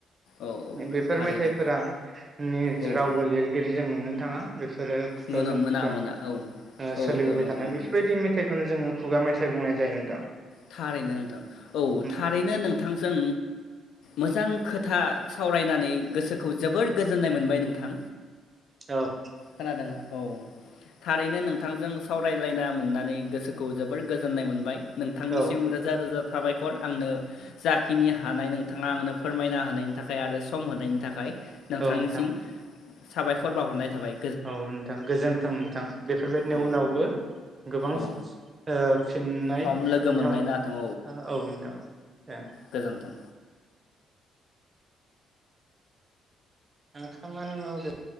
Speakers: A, on the left; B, on the right.
A: औ औ
B: बेफोर
A: थारैनो
B: मेथाइफोरा नि
A: औ
B: रावबो लिरगिरि जों नुनो थाङा। बेफोरो खुगाजों
A: नुनो मोना
B: खुगा
A: मोना औ
B: ओ
A: औ
B: सोलिबोबाय
A: औ नंगौ
B: थानाय
A: नंगौ
B: बेफोरबायदि मेथाइखौनो जोङो। खुगा मेथाइ बुंनाय जायो नोंथां।
A: थारैनो नोंथां औ
B: उम
A: थारैनो नोंथांजों मोजां खोथा सावरायनानै गोसोखौ जोबोर गोजोननाय मोनबाय नोंथां।
B: औ
A: खोनादों औ थारैनो नों थांजों सावरायलायना मोननानै गोसोखौ जोबोर गोजोननाय मोनबाय। नोंथांनिसिम
B: औ
A: रोजा रोजा साबायखर आंनो जाखिनि हानाय नोंथाङा आंनो फोरमायना होनायनि थाखाय आरो सम होनायनि थाखाय नोंथांनिसिम
B: औ नोंथां
A: साबायखर बावहरनाय थाबाय।
B: औ नोंथां गोजोन्थों नोंथां बेफोरबायदिनि
A: औ
B: उनावबो गोबां
A: औ
B: ओ फिन मोननाय
A: सम
B: नोंथां
A: लोगो मोनलायनो हाथों
B: औ नोंथां दे।
A: गोजोन्थों।
B: आं खामानि मावदो